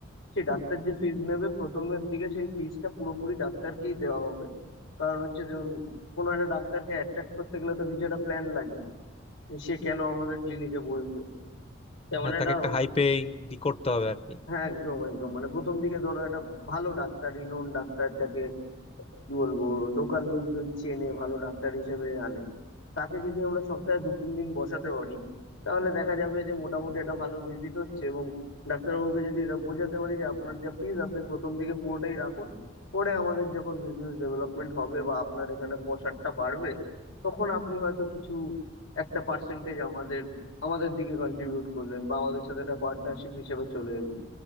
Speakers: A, on the left; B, on the left.
A: সেই ডাক্তার যে ফিজ নেবে প্রথমের দিকে সেই ফিজটা পুরোপুরি ডাক্তারকেই দেওয়া হবে কারণ হচ্ছে যেমন কোনো একটা ডাক্তারকে অ্যাট্রাক্ট করতে গেলে তো কিছু একটা প্ল্যান লাগে যে সে কেন আমাদের ক্লিনিকে বসবে তেমন
B: হ্যাঁ
A: একটা
B: তাকে একটা হাই পেইং দি করতে হবে আর কি
A: হ্যাঁ একদম একদম মানে প্রথম দিকে ধরো একটা ভালো ডাক্তার রিনোন ডাক্তার যাকে কি বলবো লোকাল লোকজন চেনে ভালো ডাক্তার হিসেবে আনে তাকে যদি আমরা সপ্তাহে দু তিন দিন বসাতে পারি তাহলে দেখা যাবে যে মোটামুটি একটা ভালো ভিজিট হচ্ছে এবং ডাক্তারবাবুকে যদি এটা বোঝাতে পারি যে আপনার যা ফিজ আপনি প্রথম দিকে পুরোটাই রাখুন পরে আমাদের যখন বিজনেস ডেভেলপমেন্ট হবে বা আপনার এখানে পসারটা বাড়বে তখন আপনি হয়তো কিছু একটা পার্সেন্টেজ আমাদের আমাদের দিকে কন্ট্রিবিউট করলেন বা আমাদের সাথে একটা পার্টনারশিপ হিসেবে চলে এলেন